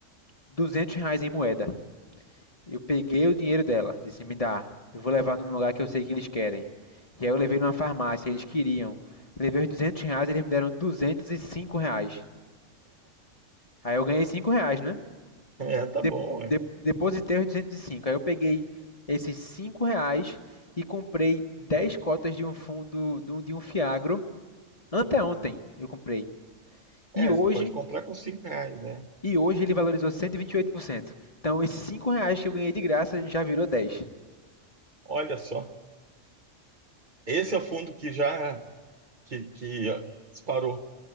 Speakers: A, on the left; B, on the right.
A: 200 reais em moeda. Eu peguei o dinheiro dela. Disse: me dá. Eu vou levar num lugar que eu sei que eles querem. E aí eu levei numa farmácia, eles queriam. Levei os 200 reais, eles me deram 205 reais. Aí eu ganhei 5 reais, né?
B: É, tá
A: De,
B: bom,
A: de,
B: ué.
A: depositei os 205. Aí eu peguei esses 5 reais e comprei 10 cotas de um fundo, um, de um fiagro Anteontem eu comprei.
B: É,
A: E hoje,
B: você pode comprar com cinco reais, né?
A: e hoje ele valorizou 128%. Então esses 5 reais que eu ganhei de graça já virou 10.
B: Olha só. Esse é o fundo que já que, que ó, disparou